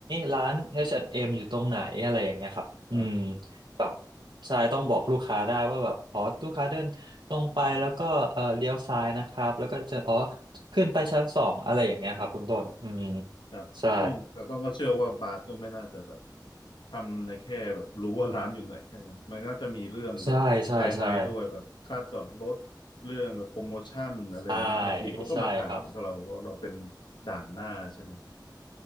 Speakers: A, on the right (about 75°); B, on the left (about 85°).
A: ร้าน H&M อชแอนด์เอ็มอยู่ตรงไหนอะไรอย่างเงี้ยครับอืม
B: ครับ
A: แบบใช่ต้องบอกลูกค้าได้ว่าแบบอ๋อลูกค้าเดินตรงไปแล้วก็เออเลี้ยวซ้ายนะครับแล้วก็จะอ๋อขึ้นไปชั้นสองอะไรอย่างเงี้ยครับคุณต้นอืม
B: ครับต้องแต่ต้องก็เชื่อว่าบาสก็ไม่น่าจะแบบ
A: ใช่
B: ทำในแค่แบบรู้ว่าร้านอยู่ไหนแค่นั้นมันน่าจะมีเรื่องแบบภายในด้วยแบบค่าจอดรถเรื่องแบบโปรโมชั่นอะไรเงี้ยบางทีเขาก็มาถามเราาเราเป็น
A: ใช่ใช่ใช่ ใช่ใช่ครับ
B: ด่านหน้าใช่ไหมครับ